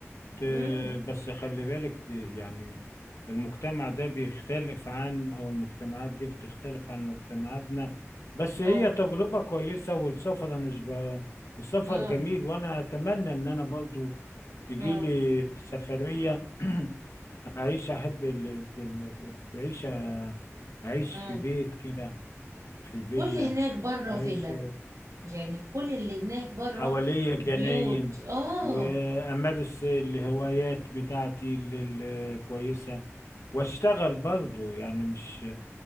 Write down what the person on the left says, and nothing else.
ت-
بس خلي بالك ت- يعني المجتمع ده بيختلف عن او المجتمعات دي بتختلف عن مجتمعاتنا بس هي
تجربة كويسة والسفر انا مش ب... السفر
جميل وانا اتمنى ان انا برضو تجي
لي سفرية <clears throat> اعيش احب ال... ال- تعيش اعيش
في بيت كده في فيلا
اعيش
حواليا
جناين
وامارس الهوايات بتاعتي ال- الكويسة واشتغل برضه يعني مش